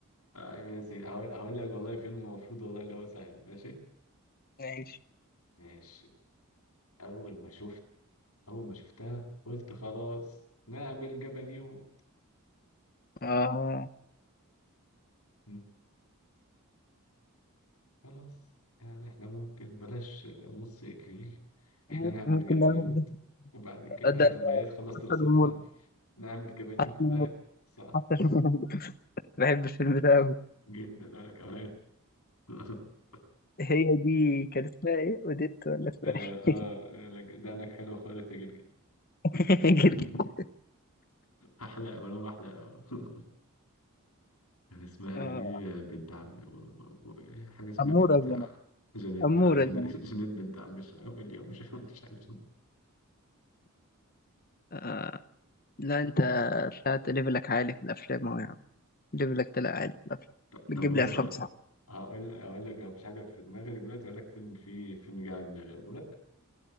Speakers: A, on the left; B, on the left.
A: آه يا سيدي هقول هقول لك والله فيلم المفروض والله اللي هو سهل ماشي
B: ماشي
A: ماشي أول ما شفت أول ما شفتها قلت خلاص نعمل جبنيو
B: آه
A: م. خلاص يعني احنا ممكن بلاش نص إكليل احنا
B: ممكن
A: نعمل
B: ممكن
A: جبنيوت
B: نعمل
A: وبعد كده
B: ده ده
A: لما هي تخلص
B: حتى
A: دراستها
B: جمهور
A: نعمل جبنيوت
B: حتى جمهور
A: أهي. صح
B: حتى جمهور <laughs> بحب الفيلم ده أوي
A: جدا أنا كمان <laughs>
B: هي دي كان اسمها إيه أوديت ولا اسمها
A: آه
B: إيه
A: آه لك- ده أنك حلو خالص يا جدجد
B: <laughs> جرجر
A: <laughs> أحلى أوي أنا أحلى أوي <laughs> كان اسمها
B: آه
A: إيه بنت عم و- و- إيه، حاجة اسمها
B: أمورة
A: بنت ع-
B: زمان
A: جانيت
B: أمورة
A: آه، جاني-
B: زمان
A: <laughs> جانيت بنت عم مش اليوم مش مش عارف
B: آه لا أنت طلعت ليفلك عالي في الأفلام أهو يا عم ليفلك طلع عالي في الأفلام
A: ط-
B: بتجيب
A: طب بص
B: لي أفلام
A: بقى،
B: صعبة
A: هقول هقول لك لو مفيش حاجة في دماغك دلوقتي هقول لك فيلم فيه فيلم جه على دماغي أقول لك